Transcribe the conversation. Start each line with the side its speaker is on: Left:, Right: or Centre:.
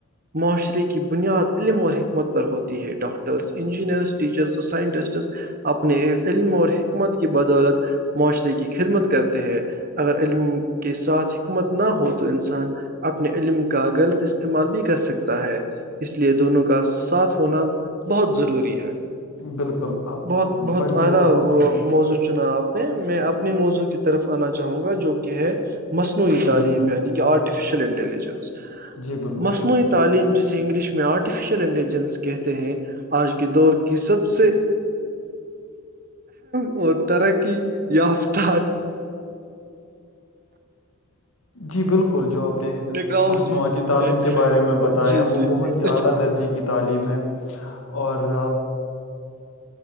Right: معاشرے کی بنیاد علم اور حکمت پر ہوتی ہے ڈاکٹرس انجینئرس ٹیچرس اور سائنٹسٹس اپنے علم اور حکمت کی بدولت معاشرے کی خدمت کرتے ہیں اگر علم کے ساتھ حکمت نہ ہو تو انسان اپنے علم کا غلط استعمال بھی کر سکتا ہے اس لیے دونوں کا ساتھ ہونا بہت ضروری ہے
Left: بالکل آپ
Right: بہت بہت
Left: بڑھ
Right: اعلی
Left: جائیے آپ
Right: وہ
Left: اپنی
Right: موضوع چنا آپ میں اپنے موضوع کی طرف آنا چاہوں گا جو کہ ہے مصنوعی
Left: جی
Right: تعلیم
Left: بالکل
Right: یعنی کہ آرٹیفیشیل انٹیلیجنس
Left: جی بالکل
Right: مصنوعی تعلیم جسے انگلش میں میں آرٹیفیشیل انٹیلیجنس کہتے ہیں آج کے دور کی سب سے وہ دارا کی یہ ہفت
Left: جی بالکل جو آپ نے
Right: ٹیکنالوجی
Left: مصنوعات تعلیم
Right: ہے
Left: کے بارے میں بتایا
Right: جی
Left: وہ
Right: جی
Left: بہت ہی
Right: اس
Left: اعلی درجے کی تعلیم ہے اور